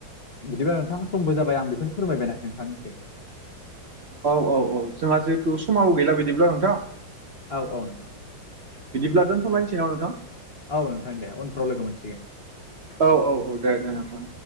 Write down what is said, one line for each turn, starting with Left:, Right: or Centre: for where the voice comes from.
Left: बिदिबा नोंथां समबो जाबाय आं बेखौनो फोरमायबायनाय नोंथांनिसिम।
Right: औ औ औ जोंहा जितु समाबो गैला बिदिब्ला नोंथां।
Left: औ औ नोंथां।
Right: बिदिब्ला दोनथ'लायसै नामा नोंथां?
Left: औ नोंथां दे उनफ्राव लोगो मोनसिगोन।
Right: औ औ औ दे दे नोंथां।